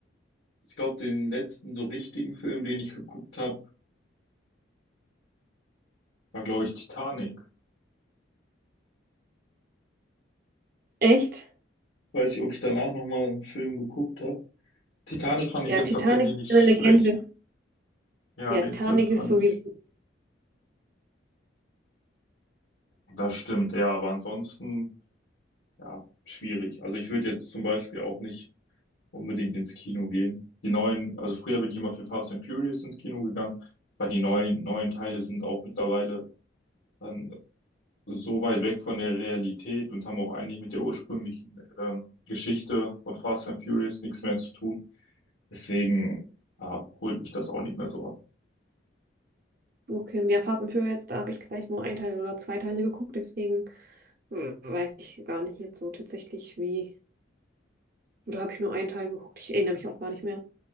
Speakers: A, on the left; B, on the right.
A: ich glaube, den letzten so richtigen Film, den ich geguckt habe, war, glaube ich, Titanic.
B: Echt?
A: Weiß ich, ob ich danach nochmal einen Film geguckt habe. Titanic fand
B: Ja,
A: ich jetzt
B: Titanic
A: tatsächlich
B: ist
A: nicht schlecht.
B: eine Legende.
A: Ja,
B: Ja,
A: den
B: Titanic
A: Film fand
B: ist sowieso.
A: ich. Das stimmt, ja, aber ansonsten. ja, schwierig. Also ich würde jetzt zum Beispiel auch nicht unbedingt ins Kino gehen. Die neuen, also früher bin ich immer für Fast and Furious ins Kino gegangen, weil die neuen, neuen Teile sind auch mittlerweile dann so weit weg von der Realität und haben auch eigentlich mit der ursprünglichen ähm, Geschichte von Fast and Furious nichts mehr zu tun. Deswegen ja, holt mich das auch nicht mehr so ab.
B: Okay, ja, Fast and Furious, da habe ich gleich nur ein Teil oder zwei Teile geguckt, deswegen äh, weiß ich gar nicht jetzt so tatsächlich wie. Oder habe ich nur einen Teil geguckt? Ich erinnere mich auch gar nicht mehr.